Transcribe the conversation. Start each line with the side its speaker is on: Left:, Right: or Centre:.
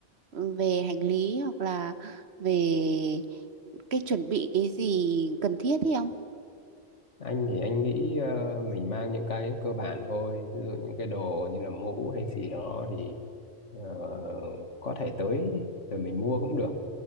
Right: Ừ, Về hành lý hoặc là về cái chuẩn bị cái gì cần thiết hay không?
Left: anh thì anh nghĩ ờ, mình mang những cái cơ bản thôi ví dụ những cái đồ như là mũ hay gì đó thì ờ, có thể tới rồi mình mua cũng được